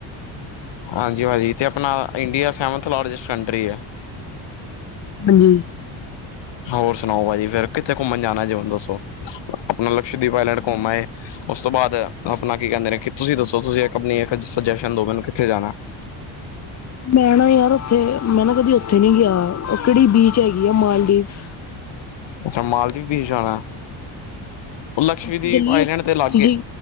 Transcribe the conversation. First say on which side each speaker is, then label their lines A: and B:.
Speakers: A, on the left; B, on the left.
A: ਹਾਂਜੀ ਭਾਜੀ, ਤੇ ਅਪਨਾ ਇੰਡੀਆ ਸੈਵੰਥ ਲਾਰਜਸਟ ਕੰਟਰੀ ਏ।
B: ਹੂੰ।
A: ਹੋਰ ਸੁਨਾਓ ਭਾਜੀ ਫੇਰ ਕਿੱਥੇ ਘੁੰਮਨ ਜਾਨਾ ਜੇ ਹੁਨ ਦੱਸੋ? ਬਸ ਅਪਨਾ ਲਕਸ਼ਦੀਪ ਆਏਲੈਂਡ
B: ਬਹੁਤ
A: ਘੁੰਮ ਆਏ। ੳਸ ਤੋਂ ਬਾਦ ਅਪਨਾ ਕੀ ਕੈੰਦੇ ਨੇ ਕਿ ਤੁਸੀ ਦੱਸੋ ਤੁਸੀ ਇਕ ਅਪਨੀ ਇਕ ਸਜੈਸ਼ਨ ਦੋ ਮੈਨੂੰ ਕਿੱਥੇ ਜਾਨਾ?
B: ਮੈਂ ਨਾ ਯਾਰ ੳਥੇ ਮੈਂ ਨਾ ਕਦੀ ੳਥੇ ਨੀ ਗਿਆ, ੳਹ ਕੈੜੀ ਬੀਚ ਹੈਗੀ ਆ ਮਾਲਦੀਵਸ।
A: ਅੱਛਾ ਮਾਲਦੀਵ ਜਾਨਾ, ਲਕਸ਼ਦੀਪ
B: ਉੱਥੇ ਚੱਲੀਏ
A: ਆਏਲੈਂਡ ਤੇ ਅਲਗ
B: ਤੁਸੀਂ
A: ਏ।